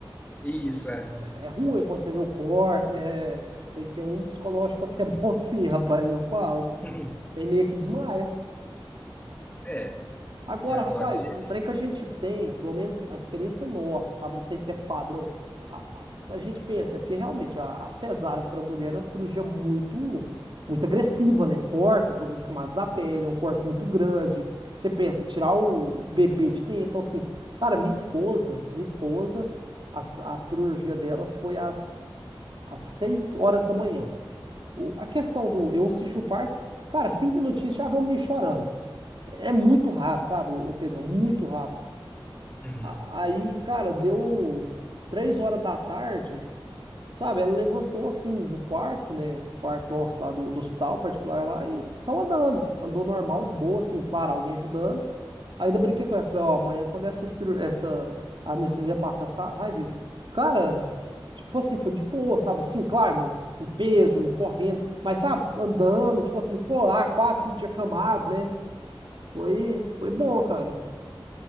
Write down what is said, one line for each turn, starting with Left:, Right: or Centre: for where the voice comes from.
Left: Isso, é.
Right: É ruim quando você vê o corte, né? Tem que ter um psicológico até <laughs> bom sim, rapaz, eu falo.
Left: <laughs>
Right: Tem nego que desmaia.
Left: É.
Right: Agora,
Left: E agora?
Right: rapaz,
Left: E-
Right: um trem que a gente tem, pelo menos a experiência é nossa, sabe? Não sei se é padrão. A, a- a gente pensa, né? Porque realmente a, a cesárea para mulher é uma cirurgia muito, muito agressiva, né? Corta todas as camadas da pele, é um corte muito grande. Você pensa, tirar o bebê de dentro. Então, assim, cara, minha esposa, minha esposa, a, a cirurgia dela foi às, às 6 horas da manhã. O- a questão do eu assisti o parto, cara, cinco minutinhos já vê o menino chorando. É muito rápido, sabe, o Pedrão? Muito rápido.
Left: Uhum.
Right: A- Aí, cara, deu três horas da tarde, sabe? Ela levantou assim no quarto, né? Quarto nosso lá do, do hospital particular lá e saiu andando. Andou normal, de boa, assim, claro, alguém ajudando. Aí Ainda brinquei com ela, falei, ó, amanhã quando essa, ciru- essa anestesia passar, você tá? Vai ver. Cara, tipo assim, foi de boa, sabe? Assim, claro, no, no peso, no correndo, mas sabe, andando, tipo assim, não ficou lá quatro, cinco dias camado, né? Foi, foi bom, cara.